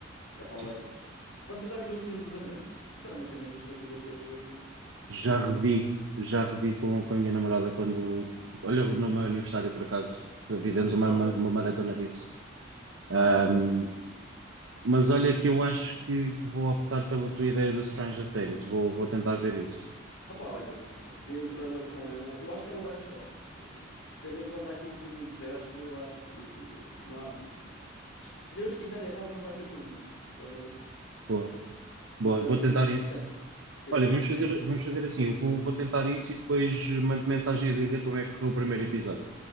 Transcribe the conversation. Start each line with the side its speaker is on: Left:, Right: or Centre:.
Left: É pá, olha.
Right: sim.
Left: Vocês já viram O Senhor dos Anéis? Isso era uma cena fixe para tu veres com a tua,
Right: Já
Left: com a tua
Right: revi,
Left: menina.
Right: já revi com, com a minha namorada quando. Olha, no meu aniversário, por acaso, fizemos uma,
Left: Ok.
Right: uma maratona disso. Ahm,
Left: Ah, boa
Right: mas olha que eu acho que vou optar pela tua ideia do Stranger Things. Vou, vou tentar ver isso.
Left: Opá, olha, vê o trailer com ela. Eu acho que ela vai gostar. Eh, Tendo em conta aquilo que tu me disseste, eu acho que não há de... Se se eu estiver errado, não vai ser por muito. Estás a ver?
Right: Boa,
Left: Portanto,
Right: boa, vou tentar isso.
Left: tenta, tenta.
Right: Olha, vamos fazer,
Left: tenta.
Right: vamos fazer assim. Eu vou, vou tentar isso e depois mando mensagem a dizer como é que correu o primeiro episódio.